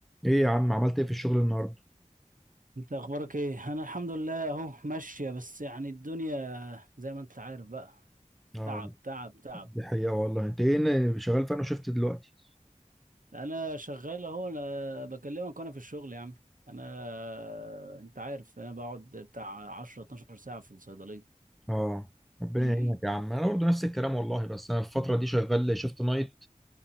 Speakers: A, in the centre; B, on the right.
A: ايه يا عم عملت ايه في الشغل النهارده
B: انت اخبارك ايه انا الحمد لله اهو ماشيه بس يعني الدنيا زي ما انت عارف بقى
A: اه
B: تعب تعب تعب
A: دي حقيقة والله انت ايه شغال في انا شفت دلوقتي
B: انا شغال اهو انا بكلمك وانا في الشغل يا عم انا انت عارف انا بقعد بتاع 10 12 ساعه في الصيدليه
A: اه ربنا
B: امم
A: يعينك يا عم انا برضه نفس الكلام والله بس انا الفترة دي شغال شيفت نايت